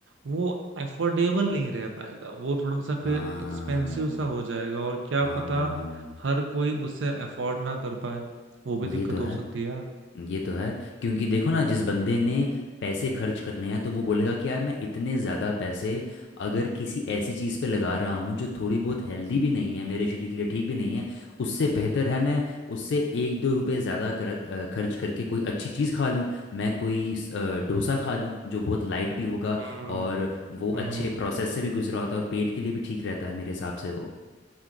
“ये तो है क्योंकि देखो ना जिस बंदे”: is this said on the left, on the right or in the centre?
Left